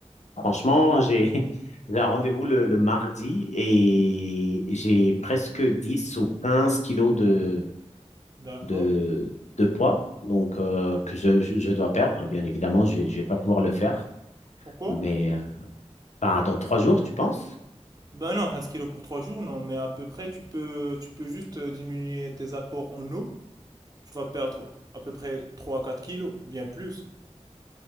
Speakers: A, on the left; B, on the right.
A: Franchement, j'ai <laughs> j'ai un rendez-vous le, le mardi et j'ai presque 10 ou 15 kilos de,
B: d'accord.
A: de, de poids donc euh, que je, je je dois perdre. Bien évidemment, je ne vais pas pouvoir le faire.
B: Pourquoi?
A: Mais euh, ben, dans trois jours, tu penses?
B: Ben non, quinze kilos pour trois jours, non. Mais à peu près, tu peux, tu peux juste euh, diminuer tes apports en eau. Tu vas perdre à peu près 3 à 4 kilos, bien plus.